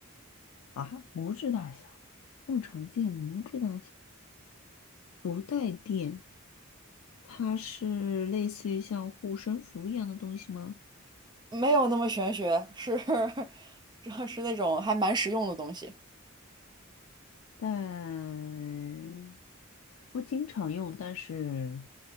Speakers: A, on the left; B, on the right.
A: 啊，拇指大小，不常见，拇指大小，不带电。它是类似于像护身符一样的东西吗？
B: 没有那么玄学，是 <laughs> 这是那种还蛮实用的东西。
A: 但不经常用，但是